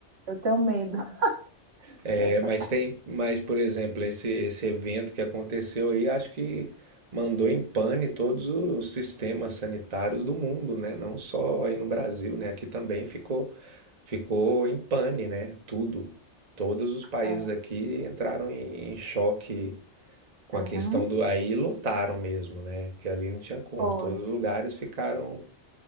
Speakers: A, on the right (about 65°); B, on the right (about 40°).
A: Eu tenho medo <laughs>
B: É,
A: dessa
B: mas
A: parte.
B: tem, mas por exemplo, esse, esse evento que aconteceu aí, acho que mandou em pane todos os sistemas sanitários do mundo, né? Não só aí no Brasil, né? Aqui também ficou, ficou em pane, né? Tudo. Todos os países
A: É.
B: aqui entraram em, em choque com
A: Uhum.
B: a questão do. Aí lotaram mesmo, né? Porque ali não tinha como.
A: Foi.
B: Todos os lugares ficaram,